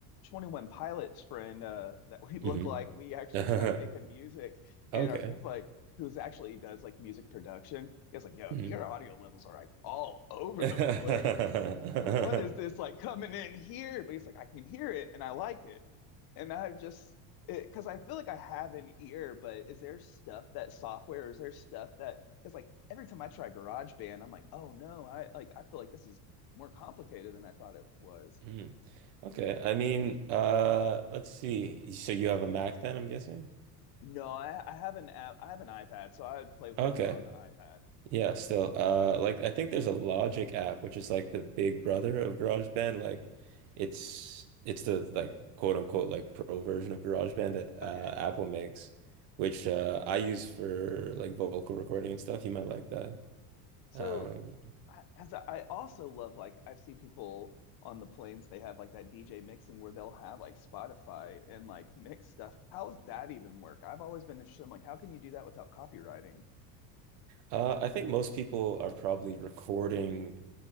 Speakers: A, on the left; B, on the right.
A: 21 Pilots friend uh, <laughs> that we look
B: hmm
A: like, we actually
B: <laughs>
A: tried making music and
B: Okay.
A: our friend's like, who's actually does like music production, he was like, yo,
B: Mhm.
A: your audio levels are like all over
B: <laughs>
A: the place. And what is this like coming in here? But he's like, I can hear it and I like and I've just because I feel like I have an ear, but is there stuff that software, is there stuff that because like every time I try GarageBand, I'm like, oh no, I like I feel like this is more complicated than I thought it was.
B: Mhm. Okay. I mean, uh, let's see. So you have a Mac then, I'm guessing?
A: No, I, I have an app, I have an iPad, so I would play with
B: Okay.
A: it more on the iPad.
B: Yeah, still. Uh, like I think there's a Logic app, which is like the big brother of GarageBand. Like it's it's the like quote unquote like pro version of GarageBand that uh
A: Okay.
B: Apple makes, which uh I use for like vocal recording and stuff. You might like that.
A: So
B: Um,
A: I, as I, I also love like I see people on the planes they have like that DJ mixing where they'll have like Spotify and like mix stuff. How does that even work? I've always been interested in like how can you do that without copywriting?
B: Uh, I think most people are probably recording